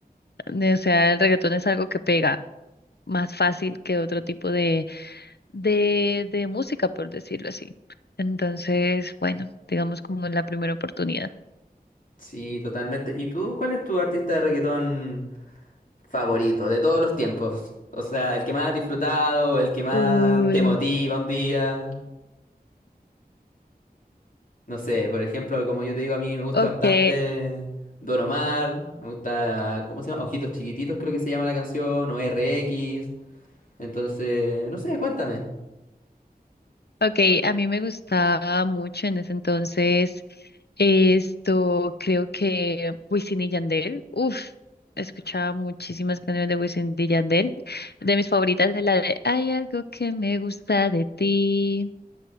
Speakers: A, on the left (about 85°); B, on the left (about 55°).
A: O sea, el reggaetón es algo que pega más fácil que otro tipo de, de, de música, por decirlo así. Entonces, bueno, digamos como en la primera oportunidad.
B: Sí, totalmente. ¿Y tú, cuál es tu artista de reggaetón favorito de todos los tiempos? O sea, el que más has disfrutado, el que más
A: Uy,
B: te motiva un día. No sé, por ejemplo, como yo te digo, a mí me gusta
A: ok.
B: bastante Don Omar, me gusta, ¿cómo se llama? Ojitos Chiquititos, creo que se llama la canción, o RX. Entonces, no sé, cuéntame.
A: Ok, a mí me gustaba mucho en ese entonces esto, creo que Wisin y Yandel, uff, escuchaba muchísimas canciones de Wisin y Yandel, de mis favoritas es la de Hay algo que me gusta de ti,